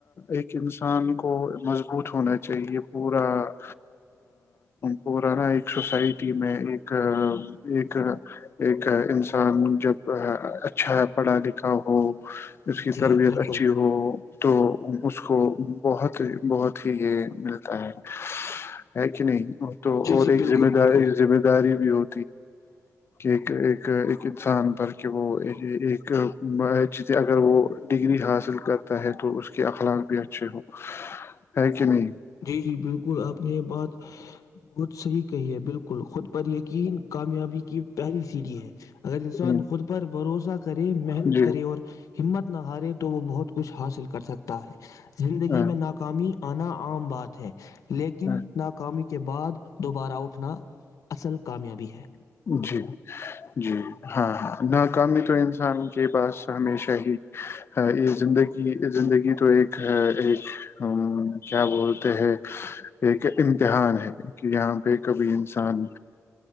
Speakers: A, on the left; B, on the left.
A: ایک انسان کو مضبوط ہونا چاہیے پورا پور نا ایک سوسائٹی میں ایک ایک ایک انسان جب اچھا پڑھا لکھا ہو اس کی
B: جی
A: تربیت
B: بالکل
A: اچھی ہو تو اس کو بہت بہت ہی یہ مل ہے کہ نہیں تو
B: جی
A: اور
B: جی
A: ایک
B: بالکل
A: ذمہ داری
B: بالکل
A: ذمہ داری بھی ہو کہ انسان پر کے وہ ایک ج اگر وہ ڈگری حاصل کرتا ہے تو اس کے اخلاق بھی اچھے ہو ہے کہ نہیں
B: جی جی بالکل آپ نے یہ بات بہت صحیح کہی ہے بالکل خود پر یہ کہ چین کامیابی کی پہلی سیڑھی ہے اگر انسان
A: ہ
B: خود پر بھروسہ کرے محنت
A: جی
B: کرے اور ہممت نہ ہارے وہ بہت کچھ حاصل کر سکتا ہے زندگی
A: ہاں
B: میں ناکامی آنا بات ہے لیکن
A: ہاں
B: ناکام کے بعد دوبارہ اٹھنا اصل کامیابی ہے
A: جی جی ہاں ہاں ناکامی تو انسان کے پاس ہمیشہ ہی یہ زندگی زندگی تو ایک ایک کیا بولتے ہے ایک امتحان ہے کہ یہاں پہ کبھی انسان